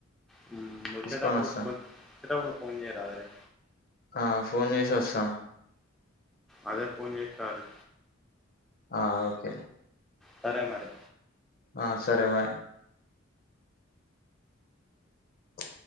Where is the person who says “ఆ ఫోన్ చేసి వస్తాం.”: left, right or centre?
Left